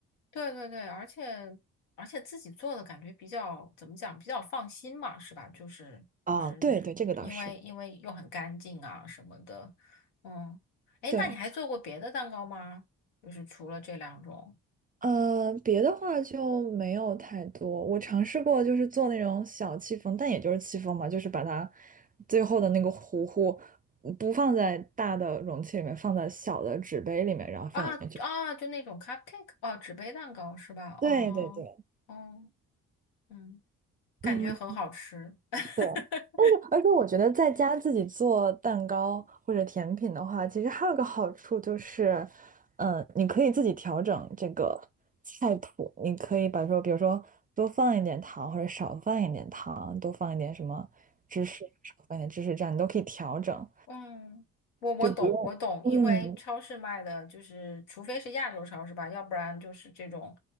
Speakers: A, on the left; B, on the right.
A: 对对对，而且而且自己做的感觉比较怎么讲，比较放心嘛，是吧？就是就是
B: 啊。对对，这个倒是
A: 因为因为又很干净啊什么的。嗯，哎，
B: 对。
A: 那你还做过别的蛋糕吗？就是除了这两种
B: 呃，别的话就没有太多。我尝试过，就是做那种小戚风，但也就是戚风嘛，就是把它最后的那个糊糊嗯不放在大的容器里面，放在小的纸杯里面，然后放进去。
A: 啊啊，就那种 cupcake 哦，纸杯蛋糕是吧？
B: 对对对，
A: 哦哦，嗯，感觉很好吃。
B: 嗯。
A: <laughs>
B: 对，但是而且我觉得在家自己做蛋糕或者甜品的话，其实还有个好处就是，嗯，你可以自己调整这个菜谱，你可以把说，比如说多放一点糖或者少放一点糖，多放一点什么芝士，少放一点芝士，这样你都可以调整，
A: 嗯，我我懂，
B: 就不用。
A: 我懂，
B: 嗯，
A: 因为超市卖的就是，除非是亚洲超市吧，要不然就是这种，